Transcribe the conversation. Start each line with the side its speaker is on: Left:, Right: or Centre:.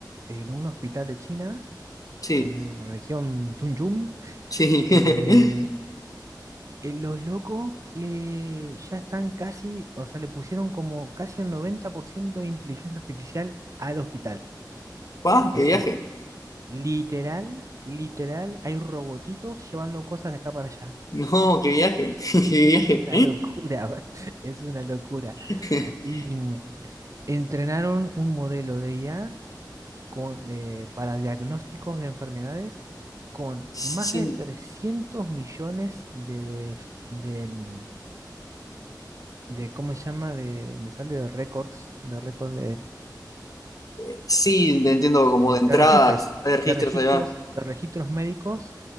Right: en un hospital de China,
Left: sí,
Right: en la región Chunchun,
Left: sí.
Right: eh,
Left: <laughs>
Right: eh, los locos le, ya están casi, o sea, le pusieron como casi el 90% de inteligencia artificial al hospital.
Left: ¡Pah,
Right: O
Left: qué
Right: sea,
Left: viaje!
Right: Literal, literal, hay robotitos llevando cosas de acá para allá.
Left: No, qué viaje, <laughs>
Right: <laughs>
Left: qué
Right: Es
Left: viaje.
Right: una locura, bro. es una locura.
Left: <laughs>
Right: Y mm, entrenaron un modelo de IA con, eh, para diagnósticos de enfermedades con
Left: Sí,
Right: más de 300 millones de, f- de, mm, de ¿cómo se llama? De, me sale de récords, de récords
Left: Eh, Sí, te entiendo como
Right: eh,
Left: de entradas,
Right: de registros,
Left: hay registros,
Right: de registros,
Left: ahí va.
Right: de registros médicos